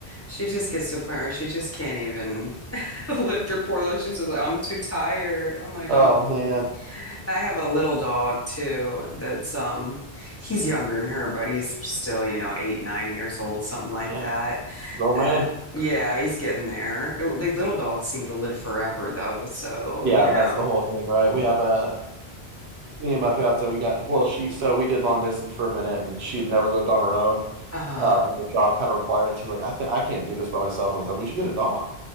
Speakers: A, on the left (about 20°); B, on the right (about 85°).
A: she just gets to a point where she just can't even <laughs> lift her poor load. She's just like, I'm too tired. I'm like,
B: Oh
A: oh
B: man,
A: I have a little dog too that's um he's younger than her, but he's still, you know, eight, nine years old, something like
B: yeah,
A: that.
B: grown
A: And
B: man.
A: yeah, he's getting there. It- the little dogs seem to live forever though, so
B: Yeah,
A: you know.
B: that's the whole thing, right? We have a me and my fiance, we got well, she so we did long distance for a minute, and she had never lived on her own.
A: Uh-huh.
B: Um, and her job kind of required it. She's like, I think I can't do this by myself. I said, we should get a dog,